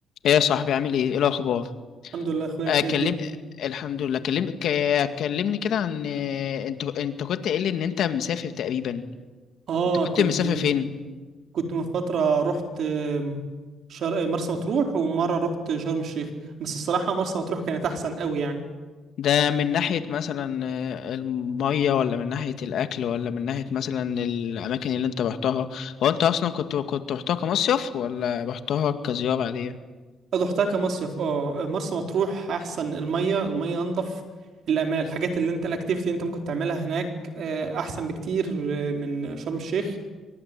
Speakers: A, on the left (about 70°); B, on the right (about 70°).
A: ايه يا صاحبي عامل ايه ايه الاخبار
B: الحمد لله يا اخويا انت
A: اكلم
B: إيه الدنيا
A: الحمد لله كلمني ك- كلمني كده عن انت انت كنت قايل لي ان انت مسافر تقريبا
B: اه
A: انت كنت
B: كنت
A: مسافر
B: من
A: فين
B: كنت من فتره رحت آم، شر... مرسى مطروح ومره رحت شرم الشيخ بس الصراحه مرسى مطروح كانت احسن قوي يعني
A: ده من ناحية مثلا آه، المية ولا من ناحية الاكل ولا من ناحية مثلا الاماكن اللي انت رحتها هو انت اصلا كنت كنت رحتها كمصيف ولا رحتها كزيارة عادية
B: رحتها كمصيف اه مرسى مطروح احسن الميه الميه انضف الامان الحاجات اللي انت الاكتيفيتي اللي انت ممكن تعملها هناك آه، احسن بكتير آه، من شرم الشيخ